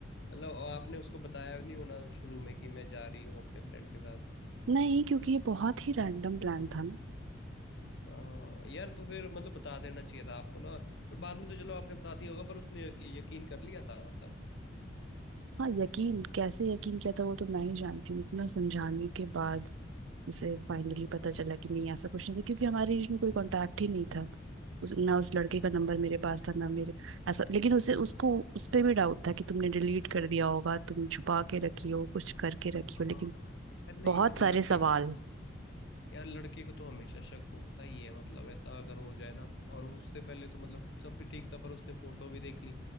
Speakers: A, on the left; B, on the right.
A: मतलब आपने उसको बताया नहीं होना शुरू में कि मैं जा रही हूँ अपने फ्रेंड के साथ
B: नहीं क्योंकि ये बहुत ही रैंडम प्लान था ना
A: हाँ यार तो फिर मतलब बता देना चाहिए था आपको ना पर बाद में तो चलो आपने बता दिया होगा पर उसने यक- यकीन कर लिया था मतलब
B: हाँ यकीन कैसे यकीन किया था वो तो मैं ही जानती हूँ इतना समझाने के बाद उसे फाइनली पता चला कि नहीं ऐसा कुछ नहीं था क्योंकि हमारे बीच में कोई कांटेक्ट ही नहीं था उस ना उस लड़के का नंबर मेरे पास था ना मेरे ऐसा लेकिन उसे उसको उस पे भी डाउट था कि तुमने डिलीट कर दिया होगा तुम छुपा के रखी हो कुछ करके रखी
A: हाँ
B: हो लेकिन
A: यार नहीं
B: बहुत
A: पर
B: सारे
A: लड़के
B: सवाल
A: यार लड़के को तो हमेशा शक होता ही है मतलब ऐसा अगर हो जाए ना और उससे पहले तो मतलब सब भी ठीक था पर उसने फोटो भी देख ली